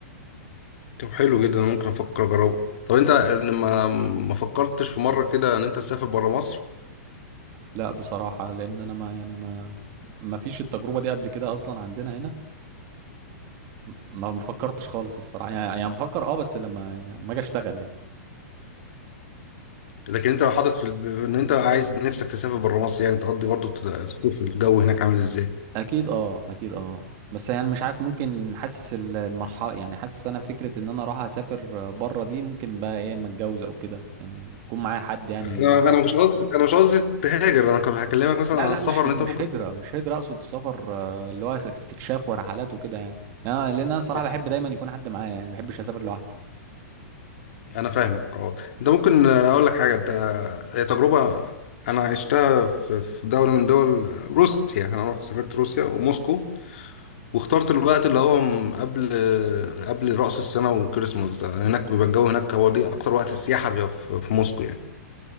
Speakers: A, on the left (about 50°); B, on the right (about 25°).
A: طب حلو جدا ممكن أفكر أجربه طب أنت ما ما فكرتش في مرة كده إن أنت تسافر برا مصر
B: لا بصراحة لأن أنا ما يعني ما ما فيش التجربة دي قبل كده أصلا عندنا هنا ما ما فكرتش خالص الصراحة يعني يعني بفكر أه بس لما ما أجي أشتغل يعني
A: لكن أنت حاطط في الب... إن أنت عايز نفسك تسافر برا مصر يعني تقضي برضه تشوف الجو هناك عامل إزاي
B: أكيد أه أكيد أه بس يعني مش عارف ممكن حاسس ال- المرحلة يعني حاسس أنا فكرة إن أنا أروح أسافر بره دي ممكن بقى إيه أما أتجوز أو كده يعني يكون معايا حد يعني
A: انا انا مش قصدي انا مش قصدي تهاجر انا كنت هكلمك مثلا
B: لا
A: عن
B: لا
A: السفر
B: مش هج...
A: ان انت
B: مش
A: ممكن
B: هجرة مش هجرة أقصد سفر آه، اللي هو استكشاف ورحلات وكده يعني يعني أنا- لأن أنا صراحة
A: بس
B: بحب دايما يكون حد معايا يعني ما بحبش أسافر لوحدي
A: انا فاهمك اه انت ممكن انا اقول لك حاجه انت هي تجربه انا عشتها في في دوله من دول روسيا انا رحت سافرت روسيا وموسكو واخترت الوقت اللي هو م- قبل قبل رأس السنه والكريسماس ده هناك بيبقى الجو هناك هو دي اكتر وقت السياحه بيبقى في في موسكو يعني